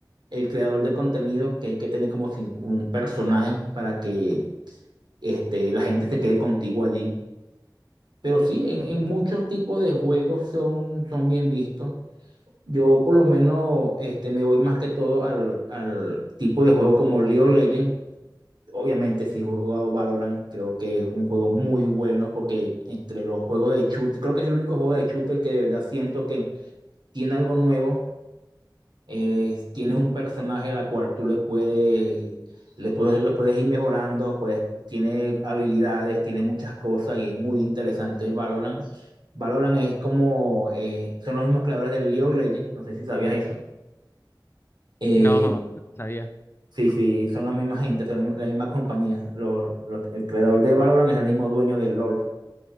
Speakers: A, on the right; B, on the left.
A: el creador de contenido que hay que tener como, si- como un personaje para que este, la gente se quede contigo allí. Pero sí, en, en muchos tipos de juegos son, son bien vistos. Yo por lo menos este, me voy más que todo al, al tipo de juego como League of Legends. Obviamente sí he jugado Valorant, creo que es un juego muy bueno porque entre los juegos de shooter, creo que es el único juego de shooter que de verdad siento que tiene algo nuevo eh, tienes un personaje la cual tú le puedes, le puedes, lo puedes ir mejorando, puedes, tiene habilidades, tiene muchas cosas y es muy interesante Valorant. Valorant es como, eh, son los mismos creadores del League of Legends, no sé si sabías eso. Eh,
B: No, no sabía.
A: sí, sí, son la misma gente, son la misma compañía. Lo- lo- el creador de Valorant es el mismo dueño de LoL.